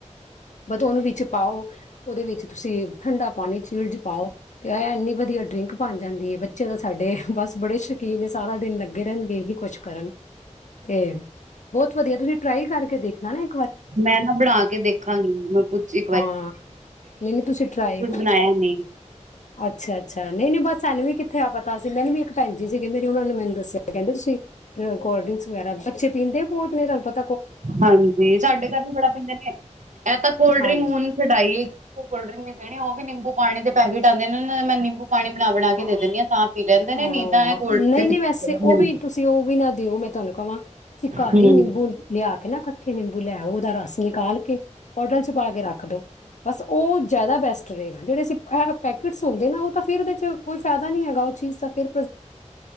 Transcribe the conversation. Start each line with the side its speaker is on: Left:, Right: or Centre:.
Left: ਬ ਓਨੂੰ ਵਿਚ ਪਾਓ ਉਹਦੇ ਵਿੱਚ ਤੁਸੀਂ ਠੰਡਾ ਪਾਨੀ ਚੀਲਡ ਪਾਓ ਤੇ ਇਹ ਇੰਨੀ ਵਧੀਆ ਡਰਿੰਕ ਬਨ ਜਾਂਦੀ ਏ। ਬੱਚੇ ਦਾ ਸਾਡੇ ਬਸ ਬੜੇ ਸ਼ੌਕੀਨ ਨੇ ਸਾਰਾ ਦਿਨ ਲੱਗੇ ਰਹਿਨਗੇ ਏਹੀ ਕੁਛ ਕਰਨ। ਤੇ ਬਹੁਤ ਵਧੀਆ ਤੁਸੀਂ ਟਰਾਈ ਕਰਕੇ ਦੇਖਨਾ ਨਾ ਏ।
Right: ਮੈਂ ਨਾ ਬਨਾ ਕੇ ਦੇਖਾਂਗੀ। ਮੈਂ ਕੁਚਿ
Left: ਹਾਂ, ਨਹੀਂ, ਨਹੀਂ ਤੁਸੀਂ ਟਰਾਈ।
Right: ਬਣਾਇਆ ਨਹੀਂ।
Left: ਅੱਛਾ, ਅੱਛਾ ਨਹੀਂ, ਨਹੀਂ ਬਸ ਸਾਨੂ ਵੀ ਕਿੱਥੇ ਆ ਪਤਾ ਸੀ ਮੈਨੂੰ ਵੀ ਇੱਕ ਪੈਨਜੀ ਸੀਗੇ ਮੇਰੀ ਉਹਨਾ ਨੇ ਮੈਨੂੰ ਦੱਸ ਕਹਿੰਦੇ ਤੁਸੀਂ ਕ ਕੋਲਡ ਡਰਿੰਕਸ ਵਗੈਰਾ ਬੱਚੇ ਪੀਂਦੇ ਭੋ <unintelligible>
Right: ਹਾਂਜੀ, ਸਾਡੇ ਘਰ ਵੀ ਬੜਾ ਪੀਂਦੇ ਨੇ। ਇਹ ਤਾਂ ਕੋਲਡ
Left: ਹਾਂਜੀ
Right: ਡਰਿੰਕ ਹੁਨ ਛਡਾਈ ਕੋਲਡ ਡਰਿੰਕ ਨੀ ਪੀਨੀ। ਉਹ ਵੀ ਨਿੰਬੂ ਪਾਣੀ ਦੇ ਪੈਕੇਟ ਆਂਦੇ ਨੇ ਨਾ ਮੈਂ ਨਿੰਬੂ ਪਾਣੀ ਬਣਾ ਬਣਾ ਕੇ
Left: ਹਾਂ,
Right: ਦੇ ਦਿੰਦੀ ਤਾਂ ਪੀ ਲੈਂਦੇ ਨੇ
Left: ਆਂ,
Right: ਨੀ ਤਾਂ ਇਹ ਕੋਲਡ
Left: ਨਹੀਂ,
Right: ਦੇ ਪਿੱਛੇ
Left: ਨਹੀਂ ਵੈਸੇ
Right: ਰਹਿੰਦੇ
Left: ਉਹ
Right: ਨੇ
Left: ਵੀ ਤੁਸੀਂ ਉਹ ਵੀ ਨਾ ਦਿਓ ਮੈਂ ਤੁਹਾਨੂੰ ਕਵਾਂ ਤੁਸੀਂ ਘਰ
Right: ਹੂੰ
Left: ਈ ਨਿੰਬੂ ਲਿਆ ਕੇ ਕੇ ਨਾ ਇਕੱਠੇ ਨਿੰਬੂ ਲੈਓ, ਉਹਦਾ ਰਸ ਨਿਕਾਲ ਕੇ, ਬੋਟਲ ਚ ਪਾ ਕੇ ਰੱਖ ਦੋ। ਬਸ ਉਹ ਜ਼ਿਆਦਾ ਬੈਸਟ ਰੇਗਾ। ਜਿਹੜੇ ਸੀ ਆ ਪੈਕਟਸ ਹੁੰਦੇ ਨਾ ਉਹ ਤਾਂ ਫਿਰ ਦੇ ਚ ਕੋਈ ਫਾਇਦਾ ਨਹੀਂ ਹੈਗਾ ਉਹ ਚੀਜ਼ ਤਾਂ ਫੇਰ।